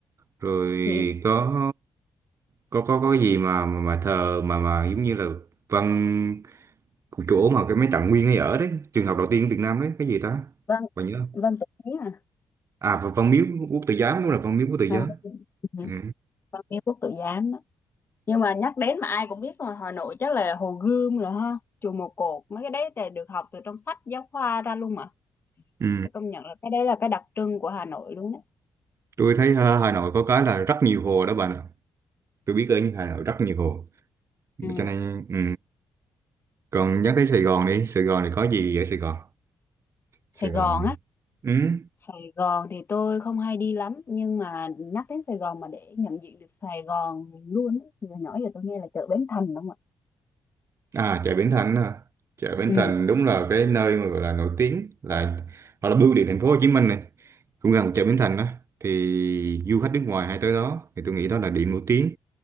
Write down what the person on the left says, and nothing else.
Nhị-
Vâng,
vâng tự Ý à.
À,
vâng, vâng, ừ,
vâng Ý Quốc Tử Giám đó. Nhưng mà nhắc đến mà ai cũng biết rồi, Hà Nội chắc là Hồ Gươm rồi ha, chùa Một Cột, mấy cái đấy thì được học từ trong sách giáo khoa ra luôn mà.
Phải công nhận là cái đấy là cái đặc trưng của Hà Nội luôn đó.
Ừ,
Sài
Gòn á.
Sài Gòn thì tôi không hay đi lắm nhưng mà nhắc đến Sài Gòn mà để nhận diện được Sài Gòn luôn á, thì hồi nhỏ giờ tôi nghe là chợ Bến Thành đúng không ạ?
Ừ,